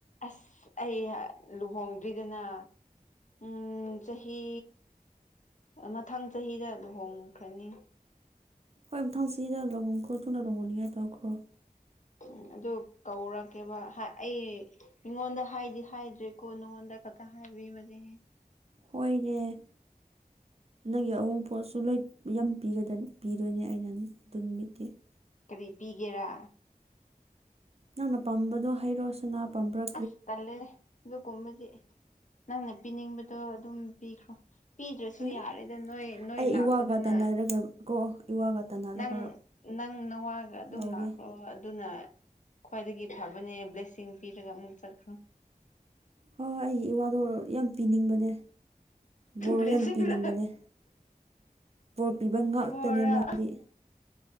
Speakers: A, on the left; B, on the right.
A: ꯑꯁ ꯑꯩ ꯂꯨꯍꯣꯡꯗ꯭ꯔꯤꯗꯅ ꯎꯝ ꯆꯍꯤ ꯃꯊꯪ ꯆꯍꯤꯗ ꯂꯨꯍꯣꯡꯈ꯭ꯔꯅꯤ
B: ꯍꯣꯏ ꯃꯊꯪ ꯆꯍꯤꯗꯥ ꯂꯨꯍꯣꯡꯈ꯭ꯔꯣ ꯊꯨꯅ ꯂꯨꯍꯣꯡꯅꯤꯡꯉꯥꯏ ꯇꯧꯈ꯭ꯔꯣ
A: ꯎꯝ ꯑꯗꯨ ꯀꯧꯔꯛꯀꯦꯕ ꯍꯥ ꯑꯩ ꯃꯤꯉꯣꯟꯗ ꯍꯥꯏꯗꯤ ꯍꯥꯏꯗ꯭ꯔꯦꯀꯣ ꯅꯉꯣꯟꯗ ꯈꯛꯇ ꯍꯥꯏꯕꯤꯕꯅꯦꯍꯦ
B: ꯍꯣꯏꯅꯦ ꯅꯪꯒꯤ ꯑꯌꯨꯅꯄꯣꯠꯁꯨ ꯂꯣꯏ ꯌꯥꯝ ꯄꯤꯒꯗꯅꯤ ꯄꯤꯗꯣꯏꯅꯦ ꯑꯩꯅ <unintelligible>
A: ꯀꯔꯤ ꯄꯤꯒꯦꯔꯥ
B: ꯅꯪꯅ ꯄꯥꯝꯕꯗꯣ ꯍꯥꯏꯔꯣꯁ ꯁꯅꯥ ꯄꯥꯝꯕꯔꯥ
A: ꯑꯁ ꯇꯜꯂꯦ ꯑꯗꯨꯒꯨꯝꯕꯗꯤ ꯅꯪꯅ ꯄꯤꯅꯤꯡꯕꯗꯣ ꯑꯗꯨꯝ ꯄꯤꯈ꯭ꯔꯣ ꯄꯤꯗ꯭ꯔꯁꯨ
B: ꯍꯣꯏ
A: ꯌꯥꯔꯦꯗ ꯅꯣꯏ ꯅꯣꯏ
B: ꯑꯩ
A: ꯂꯥꯛꯄꯗꯨꯅ
B: ꯏꯋꯥꯒ ꯇꯅꯔꯒ ꯀꯣ ꯏꯋꯥꯒ ꯇꯥꯟꯅꯔꯒ
A: ꯅꯪ ꯅꯪ ꯅꯋꯥꯒ ꯑꯗꯨꯝ
B: ꯂꯧꯒꯦ
A: ꯂꯥꯛꯈ꯭ꯔꯣ ꯑꯗꯨꯅ ꯈ꯭ꯋꯥꯏꯗꯒꯤ ꯐꯕꯅꯦ ꯕ꯭ꯂꯦꯁꯤꯡ ꯄꯤꯔꯒ ꯑꯃꯨꯛ ꯆꯠꯈ꯭ꯔꯣ
B: ꯍꯣꯏ ꯍꯣꯏ ꯑꯩ ꯏꯋꯥꯗꯣ ꯌꯥꯝ ꯄꯤꯅꯤꯡꯕꯅꯦ ꯕꯣꯔ
A: ꯕ꯭ꯂꯦꯁꯤꯡꯔ
B: ꯌꯥꯝ ꯄꯤꯅꯤꯡꯕꯅꯦ ꯕꯣꯔ ꯄꯤꯕ ꯉꯥꯛꯇꯅꯦ
A: ꯕꯣꯔꯔꯥ
B: ꯃꯥꯗꯤ